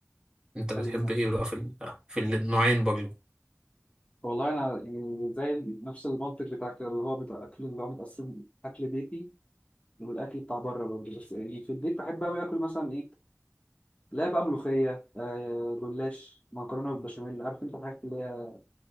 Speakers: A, on the right; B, on the left.
A: أنت بتحب
B: حلو ده
A: إيه بقى في ال... في النوعين برضو
B: والله انا يعني زي ال- نفس المنطق بتاعك كده، اللي هو بيبقى اكل اللي هو متقسم اكل بيتي والاكل بتاع بره برضه بس يعني في البيت بحب قوي اكل مثلا ايه لا بقى ملوخيه آه جلاش مكرونه بالبشاميل عارف انت الحاجات اللي هي